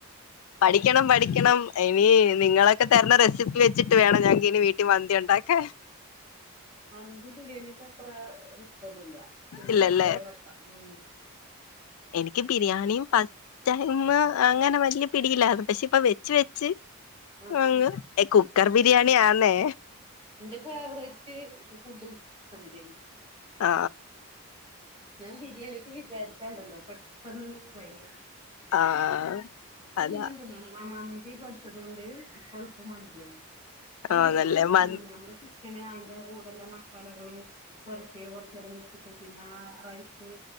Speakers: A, on the left (about 75°); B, on the right (about 20°).
A: പഠിക്കണം പഠിക്കണം ഇനി നിങ്ങളൊക്കെ തര്ന്ന റെസിപ്പി വെച്ച്ട്ട് വേണം ഞങ്ങക്ക് ഇനി വീ വീട്ടി മന്തി ഉണ്ടാകാൻ
B: മന്തി ബിരിയാണിന്റത്ര റിസ് ക്കൊന്നുല്ല സിമ്പ്ളായിട്ട്
A: ഇല്ലല്ലേ
B: വേം വെക്കാ മ്
A: ക്ക് ബിരിയാണീം ഫസ്റ്റ് ടൈമ് അങ്ങനെ വല്ല്യേ പിടില്ലായിര്ന്ന പക്ഷെ പ്പ വെച്ച് വെച്ച്
B: ആഹ്
A: അങ്ങ് കുക്കർ ബിരിയാണി ആന്നേ
B: ഇന്റെ ഫേവറേറ്റ് ഫുഡും ചിക്കൻ ബിരിയാണ്യാ
A: ആ
B: ഞാൻ ബിരിയാണിക്ക് വിചാരിച്ചാണ്ടല്ലോ പെട്ടെന്ന് കയ്യും
A: ആഹ്
B: <unintelligible> ഇപ്പയീ
A: അതാ
B: പട്ച്ചതോണ്ട് ഇപ്പള്പ്പം മന്ത്യാണ് മന്തിക്ക്
A: ആന്നല്ലേ
B: നല്ല സുഖാണ്.
A: മ
B: പിന്നെ അയിന്റെ കൂടെല്ല മസാലകളും പെർക്കി കൊ ർചേരാം വെച്ച്ട്ട് പിന്നെ റൈസ്